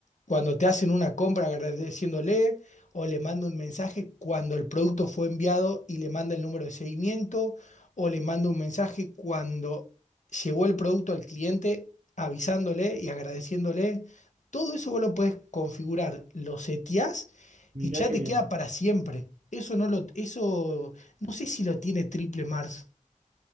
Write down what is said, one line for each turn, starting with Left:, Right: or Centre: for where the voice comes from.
Left: cuando te hacen una compra agradeciéndole, o le manda un mensaje cuando el producto fue enviado y le manda el número de seguimiento, o le manda un mensaje cuando llegó el producto al cliente avisándole y agradeciéndole. Todo eso vos lo podés configurar, lo seteás
Right: mirá
Left: y ya
Right: qué
Left: te
Right: bien.
Left: queda para siempre. Eso no lo, eso no sé si lo tiene Triple Mars.